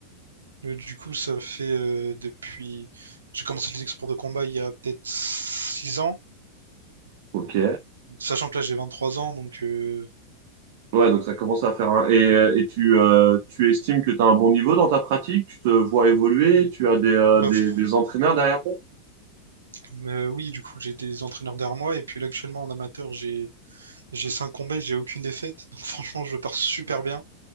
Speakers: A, on the right; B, on the right.
A: Euh, Du coup, ça fait euh, depuis. J'ai commencé les exports de combat il y a peut-être 6 ans,
B: Ok.
A: sachant que là j'ai 23 ans, donc euh,
B: Ouais, donc ça commence à faire un... Et,
A: euh,
B: euh, et tu, euh, tu estimes que tu as un bon niveau dans ta pratique? Tu te vois évoluer?
A: oui.
B: Tu as des, euh,
A: Bah,
B: des,
A: fr-
B: des entraîneurs derrière toi?
A: mais oui, du coup, j'ai des entraîneurs derrière moi, et puis là, actuellement en amateur, j'ai j'ai 5 combats et j'ai aucune défaite. Donc <laughs> franchement, je pars super bien.